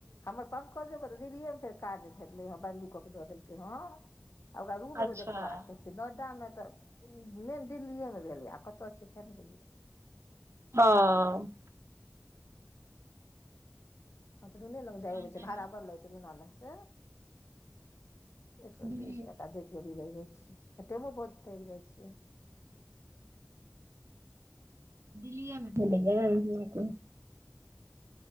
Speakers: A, on the left; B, on the right.
A: हमर पंकजो ब तऽ दिल्लीएमे फेर काज भेललै हँ बन्दी कऽ केऽ दऽ देलकै ह ओकरा रूम
B: अच्छा
A: एगो देखबाक
B: हँ
A: के छै नोएडा मे त मेन दिल्लीए मे भेलै आब कत छै केन गेलियै
B: हँ
A: ककरो ने लग
B: तहन
A: जाय
B: तऽ
A: छै भाड़ा बढ़लगै छै रूना लग से एक सए
B: दिल्ली
A: बीस टाका जतभी लाग जाइ छ आ टामो बहुताग जाइ छ
B: दिल्लीए में भेलइ य